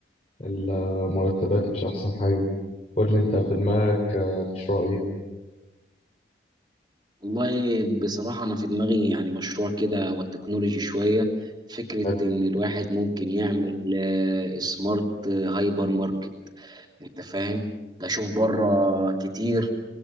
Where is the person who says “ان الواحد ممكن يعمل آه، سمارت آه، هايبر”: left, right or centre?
Right